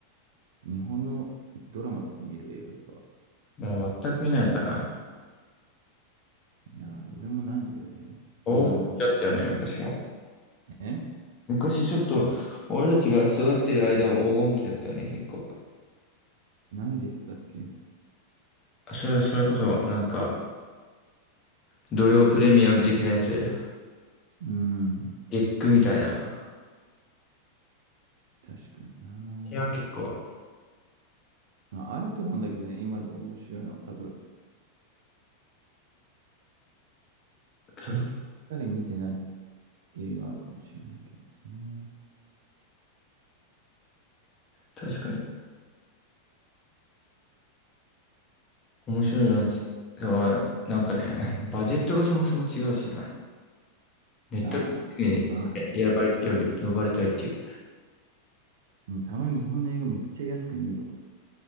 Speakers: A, on the right (about 55°); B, on the left (about 30°).
A: 日本のドラマとか見る映画とか、
B: もう全く見ないかな。
A: いやー、俺もないんだよね。
B: 黄金期だったよね、
A: でもなんか
B: 昔は。
A: ね、
B: 昔ちょっと、俺たちが育ってる間は黄金期だったよね、結構。
A: 何出てたっけ
B: それ、それこそ、なんか、土曜プレミアム的なやつ、
A: うん、
B: 月クみたいな。
A: 確かにな。
B: いや、結構、
A: まあ、あると思うんだけどね、今でも面白いのは多分、
B: そ
A: ただしっかり見てないっていうのはあるかもしれないけどね。
B: 確かに、面白いやつ。でも、なんかね、バジェットがそもそも違うしな。ネットにね選ばれ、
A: ああ、ね、わ
B: 呼び、呼ばれたいっていう。
A: うんたまに日本の映画めっちゃ安く見えるもんね。